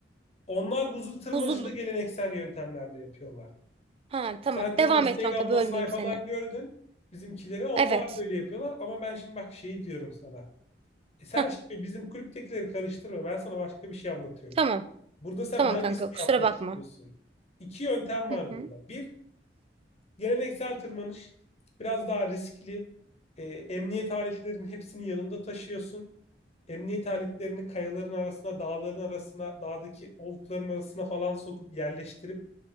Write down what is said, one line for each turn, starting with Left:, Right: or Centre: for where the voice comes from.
Left: Onlar buzul tırmanışı
Right: Buzul.
Left: da geleneksel yöntemlerle yapıyorlar.
Right: Ha tamam.
Left: Sen tabii
Right: Devam
Left: Instagram'dan
Right: et kanka bölmeyeyim
Left: sayfadan
Right: seni.
Left: gördün bizimkileri. Onlar
Right: Evet.
Left: da öyle yapıyorlar ama ben şimdi bak şeyi diyorum sana. E sen
Right: Ha
Left: şimdi bizim kulüptekileri karıştırma. Ben sana başka bir şey anlatıyorum.
Right: tamam.
Left: Burada sen
Right: Tamam
Left: hangisini
Right: kanka kusura
Left: yapmak
Right: bakma.
Left: istiyorsun? İki yöntem var
Right: Hı hı.
Left: burada. Bir, geleneksel tırmanış. Biraz daha riskli. E, emniyet aletlerinin hepsini yanında taşıyorsun. Emniyet aletlerini kayaların arasına, dağların arasına, dağdaki olukların arasına falan sokup yerleştirip